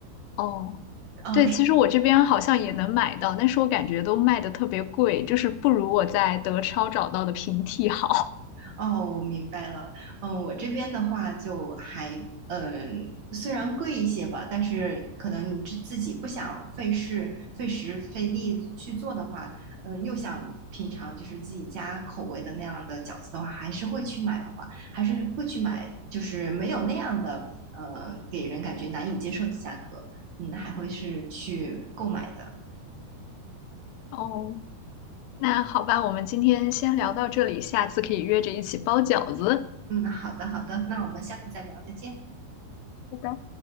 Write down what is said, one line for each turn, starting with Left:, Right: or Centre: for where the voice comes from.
Left: 哦，
Right: 哦
Left: 对，其实我这边好像也能买到，但是我感觉都卖的特别贵，就是不如我在德超找到的平替好。
Right: 哦，我明白了。嗯，我这边的话就还，嗯，虽然贵一些吧，但是可能你自自己不想费事、费时、费力去做的话，嗯，又想品尝就是自己家口味的那样的饺子的话，还是会去买的话，还是会去买，就是没有那样的，呃，给人感觉难以接受的价格，嗯，还会是去购买的。
Left: 哦，那好吧，我们今天先聊到这里，下次可以约着一起包饺子。
Right: 嗯，好的，好的，那我们下次再聊，再见。
Left: 好的。